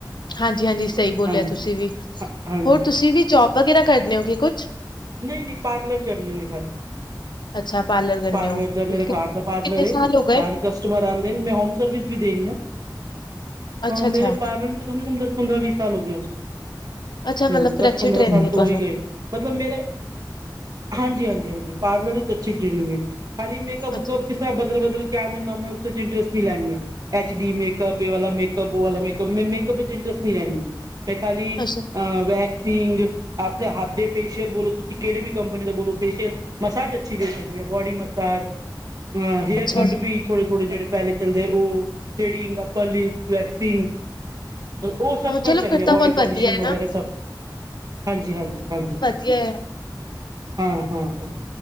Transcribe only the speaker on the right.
ਹਾਂਜੀ
ਹਾਂਜੀ
ਨਹੀਂ ਨਹੀਂ ਪਾਰਲਰ ਕਰਨੀ ਹੈ ਮੈਂ ਖਾਲੀ
ਪਾਰਲਰ
ਦਾ ਮੇਰਾ
ਘਰ ਦਾ ਪਾਰਲਰ
ਹੈ
ਕਰ ਕਸਟਮਰ ਆਂਦੇ ਨੇ ਮੈਂ ਹੋਮ ਸਰਵਿਸ ਵੀ ਦੇਣੀ ਆ
ਮੇਰੇ ਪਾਰਲਰ ਪੰਦਰਾਂ-ਵੀਹ ਸਾਲ ਹੋ ਗਏ ਉਸ, ਹੂੰ
ਦਸ
ਪੰਦਰਾਂ
ਸਾਲ
ਤੋਂ
ਹੋ ਹੀ ਗਏ ਮਤਲਬ ਮੇਰੇ ਹਾਂਜੀ ਹਾਂਜੀ ਹਾਂਜੀ ਪਾਰਲਰ ਵਿੱਚ ਅੱਛੀ ਟ੍ਰੇਨਿੰਗ ਹੈ। ਖਾਲੀ ਮੇਕਅਪ ਵੂਕਅਪ
ਕਿਸ ਤ੍ਹਰਾਂ ਬਦਲ-ਬਦਲ ਕੇ ਕਿਆ ਦੇ ਮੈਂ ਉਸ ਚ ਇੰਟਰਸਟ ਨਹੀਂ ਲੈਣੀ ਆ, ਐਚ ਡੀ ਮੇਕਅਪ ਇਹ ਵਾਲਾ ਮ <unintelligible> ਵਾਲਾ ਮੇਕਅਪ ਮੈਂ ਮੇਕਅਪ ਚ ਇੰਟਰਸਟ ਨਹੀਂ ਲੈਂਦੀ, ਮੈਂ ਖਾਲੀ ਅਹ
ਵੈਕਸਿੰਗ ਆਪਣੇ ਹੱਥ ਦੇ ਫੇਸ਼ੀਅਲ ਬੋ ਤੁਸੀਂ ਕਿਹੜੀ ਵੀ ਕੰਪਨੀ ਦਾ ਬੋਲੋ ਫੇਸ਼ੀਅਲ ਮਸਾਜ ਅੱਛੀ ਦੇ ਸਕਦੇ ਆ ਬੋਡੀ ਮਸਾਜ ਹਾਂ ਹੇਅਰ
ਕੱਟ ਵੀ ਥੋੜੇ-ਥੋੜੇ ਜਿਹੜੇ ਪਹਿਲੇ ਚੱਲਦੇ ਉਹ, ਥੇਡਿੰਗ, ਅੱਪਰ ਲਿਪਸ, ਵੈਕਸਿੰਗ ਉਹ ਸਭ
ਕਰ ਸਕਦੇ
ਆ
ਬੋਡੀ
ਪੋਲਿਸ਼ਿੰਗ
ਵਗੈਰਾ
ਸਭ, ਹਾਂਜੀ-ਹਾਂਜੀ ਹਾਂਜੀ।
ਹਾਂ ਹਾਂ ਹਾਂ